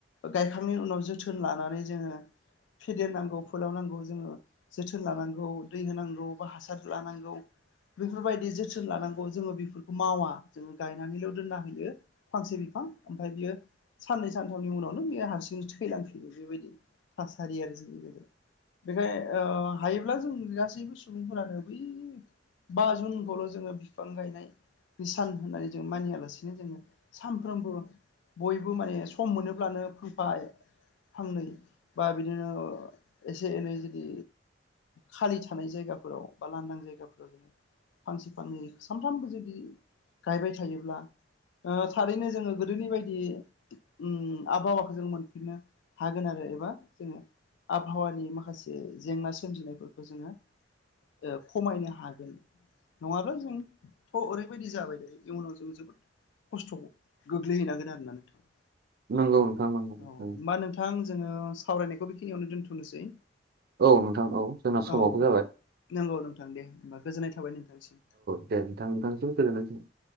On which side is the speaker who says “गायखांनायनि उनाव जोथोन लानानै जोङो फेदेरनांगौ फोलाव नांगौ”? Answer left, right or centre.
Left